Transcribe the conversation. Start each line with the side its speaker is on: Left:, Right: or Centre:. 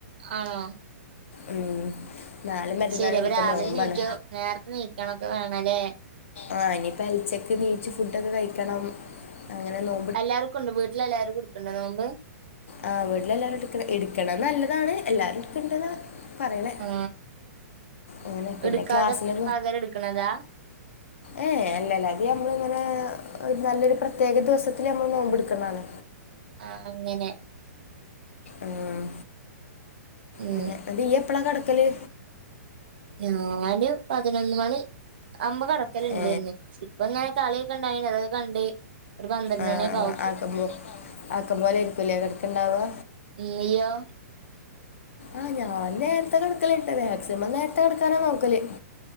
Right: ആണോ
Left: ഉം നാളെ മറ്റന്നാൾ
Right: ശരി
Left: ഇനിയിപ്പോൾ
Right: അപ്പൊ രാവിലെ
Left: നോമ്പാണ്
Right: നീക്കോ നേരത്തെ നീക്കണൊക്കെ വേണംല്ലേ
Left: ആഹ് ഇനിയിപ്പോ അലച്ചക്ക് നീച്ച് ഫുഡ ഒക്കെ കഴിക്കണം അങ്ങനെ നോ
Right: എല്ലാവർക്കും ഉണ്ട് വീട്ടിൽ എല്ലാവർക്കും എടുക്കണ്ട നോമ്പ്
Left: ആഹ് വീട്ടില എല്ലാരും എടുക്ക എടുക്ക നല്ലതാണ് എല്ലാരും എടുക്കണ്ടത് പറയണെ
Right: ആ
Left: അങ്ങനെ പിന്നെ
Right: എടുക്കാതെ
Left: ക്ലാസില്
Right: പകരം എടുക്കണതാ
Left: ഏ അല്ലല്ല അത് നമ്മളിങ്ങനെ ഒരു നല്ലൊരു പ്രത്യേക ദിവസത്തിൽ നമ്മള് നോമ്പ്ടുക്കുന്നതാണ്
Right: ആഹ് അങ്ങനെ
Left: ആഹ്
Right: ഉം
Left: അനെ അത് ഈ എപ്പഴാ കടക്കല്
Right: ഞാന് പതിനൊന്ന് മണി അമ്പ് കടക്കലുണ്ടന്ന്
Left: ഏ
Right: ഇപ്പ ഇങ്ങനെ കളിയൊക്കെ ഉണ്ടായി അതൊക്കെ കണ്ട് ഒരു പന്ത്രണ്ട്
Left: ആഹ്
Right: മണിയൊക്കെ ആവുപ്പോ
Left: ആഹ് ആക്കോ ആക്കം പോലെ ഇരിക്കൂല കിടക്കുണ്ടവാ
Right: ഉം ഇയോ
Left: ആഹ് ഞാൻ നേരത്തെ കിടക്കലിണ്ട് മാക്സിമം നേരത്തെ കിക്കാനാ നോക്കല്